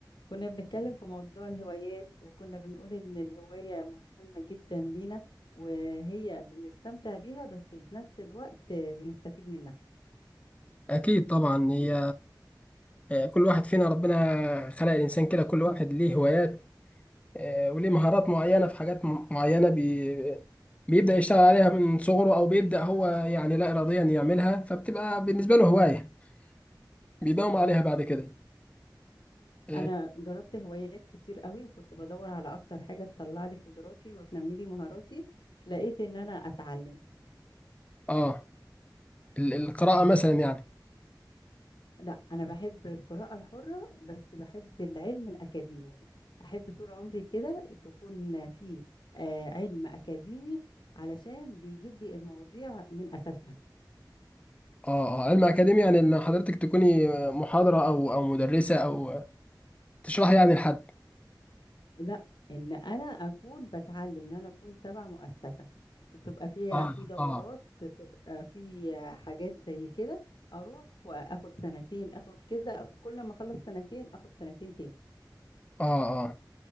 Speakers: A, on the left (about 80°); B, on the left (about 15°).
A: كنا بنتكلم في موضوع الهوايات وكنا بنقول إن الهواية مهمة جدا لينا وهي بنستمتع بيها بس بنفس الوقت بنستفيد منها
B: أكيد طبعا هي آه، كل واحد فينا ربنا خلق الإنسان كده كل واحد ليه هوايات آه، وليه مهارات معينة في حاجات م- معينة بي بيبدأ يشتغل عليها من صغره أو بيبدأ هو يعني لا إراديا يعملها فبتبقى بالنسبة له هواية بيداوم عليها بعد كده آه
A: أنا جربت هوايات كتير قوي وكنت بدور على أكتر حاجة تطلع لي قدراتي وتنمي لي مهاراتي لقيت إن أنا أتعلم
B: آه، ال- القراءة مثلا يعني
A: لا أنا بحب القراءة الحرة بس بحب العلم الأكاديمي أحب طول عمري كده تكون في آه، علم أكاديمي علشان بيجيب لي المواضيع من أساسها
B: آه آه علم أكاديمي يعني إن حضرتك تكوني محاضرة أو أو مدرسة أو تشرحي يعني لحد
A: لا ان انا اكون بتعلم ان انا اكون تبع مؤسسه تبقى فيها
B: آه
A: في دورات
B: آه
A: تبقى في حاجات زي كده اروح واخد سنتين اخد كده كل ما اخلص سنتين اخد سنتين تاني
B: آه آه